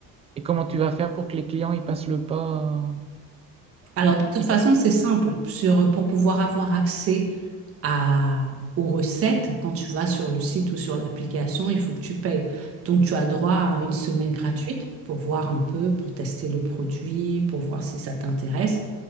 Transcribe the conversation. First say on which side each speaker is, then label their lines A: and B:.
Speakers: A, on the right; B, on the right.
A: Et comment tu vas faire pour que les clients ils passent le pas? euh,
B: Alors,
A: ils-
B: de toute
A: ils
B: façon,
A: fassent
B: c'est
A: le-
B: simple. Sur, pour pouvoir avoir accès à, aux recettes, quand tu vas sur le site ou sur l'application, il faut que tu payes. Donc, tu as droit à une semaine gratuite pour voir un peu, pour tester le produit, pour voir si ça t'intéresse.